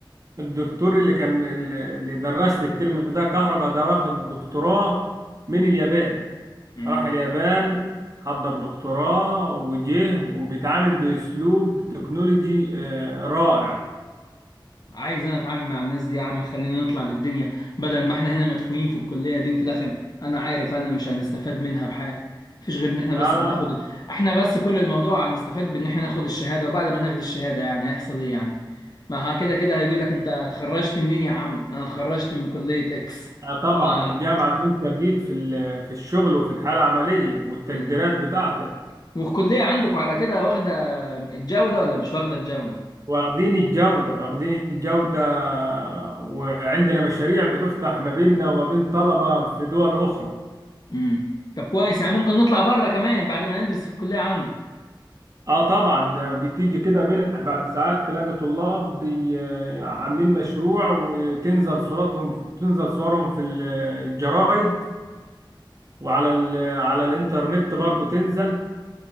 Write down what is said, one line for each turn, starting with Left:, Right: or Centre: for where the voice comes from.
Right: الدكتور اللي كان اللي درس لي الترم ده كهرباء ده واخد دكتوراه من اليابان
Left: مم.
Right: راح اليابان حضر دكتوراه وجه وبيتعامل بأسلوب تكنولوجي آه، رائع
Left: عايز انا اتعامل مع الناس دي يا عم خلينا نطلع للدنيا بدل ما احنا هنا مدفونين في الكلية دي وفي الاخر انا عارف انا مش هنستفاد منها بحاجة مفيش غير ان احنا
Right: لا
Left: بس
Right: لا
Left: هناخد
Right: لا
Left: احنا بس كل الموضوع هنستفاد بان احنا ناخد الشهادة وبعد ما ناخد الشهادة يعني هيحصل ايه يعني ما ها كده كده هيقول لك انت اتخرجت منين يا عم انا اتخرجت من كلية اكس
Right: آه، طبعا
Left: أو-
Right: الجامعة تنسب ليك في ال- في الشغل وفي الحالة العملية والتقديرات
Left: مم.
Right: بتاعتك
Left: والكلية عندكم على كده واخدة الجودة ولا مش واخدة الجودة
Right: واخدين الجودة واخدين الجودة وعندنا مشاريع بتفتح ما بيننا وما بين طلبة في دول أخرى
Left: امم طب كويس يعني ممكن نطلع بره كمان بعد ما ندرس في الكلية عندكم
Right: اه طبعا ده بتيجي كده منح بعد ساعات تلاقي طلاب بي- آه، عاملين مشروع وتنزل صورتهم تنزل صورهم في الجرايد وعلى ال- على الانترنت برضو تنزل